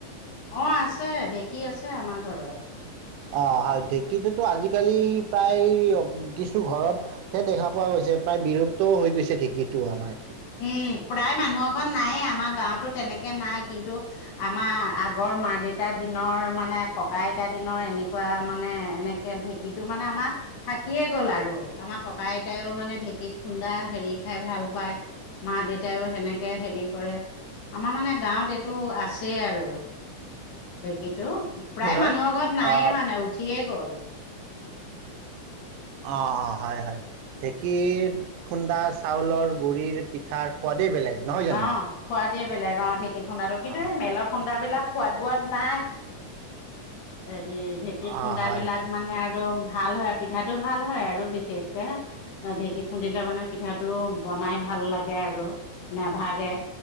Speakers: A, on the left (about 70°); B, on the right (about 80°).
A: অঁ, আছে ঢেঁকী আছে আমাৰ ঘৰত।
B: অঁ হয় ঢেঁকীটোতো আজিকালি প্ৰায় কিছু ঘৰতহে দেখা পোৱা গৈছে। প্ৰায় বিলুপ্ত হৈ গৈছে ঢেঁকীটো আমাৰ।
A: উম প্ৰায় মানুহৰ ঘৰত নায়ে আমাৰ গাঁৱতো তেনেকে নাই কিন্তু আমাৰ আগৰ মা দেউতাৰ দিনৰ মানে ককা আইতাৰ দিনৰ এনেকুৱা মানে এনেকে ঢেঁকীটো মানে আমাৰ থাকিয়ে গ'ল আৰু আমাৰ ককা আইতায়ও মানে ঢেঁকীত খুন্দা হেৰি খাই ভাল পায়। মা দেউতাইও সেনেকে হেৰি কৰে আমাৰ মানে গাঁৱত এইটো আছেই আৰু ঢেঁকীটো প্ৰায়
B: খুন্দৰ
A: মানুহৰ ঘৰত নায়য়ে
B: আহ
A: মানে উঠিয়ে। গল।
B: অঁ অঁ, হয় হয় ঢেঁকীৰ খুন্দা চাউলৰ গুৰিৰ পিঠাৰ সোৱাদেই বেলেগ। নহয়
A: অঁ,
B: জানো
A: খোৱাত ধেই বেলেগাঁৱত ঢেকী। তেত খুন্দাটো আৰু কিন্তু
B: অ
A: এই মেলৰ খুন্দা বিলাক। খোৱাদ বোৱাত নাই এ। এই ঢেঁকীত
B: অ
A: খুন্দা
B: হয়
A: বিলাক
B: হয়
A: মানে আৰু। ভাল হয়, পিঠাটো ভাল হয় আৰু বিশেষকে ঢেঁকীত খুন্দিলে মানে পিঠাটো বনাই ভাল লাগে আৰু। নাভাগে।